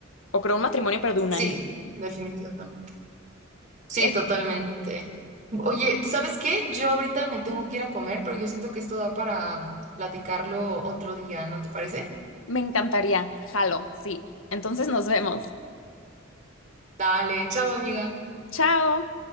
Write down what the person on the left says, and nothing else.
O creo un matrimonio, pero de un
año.
Eh,
me encantaría. Jalo, sí. Entonces nos vemos.
Chao.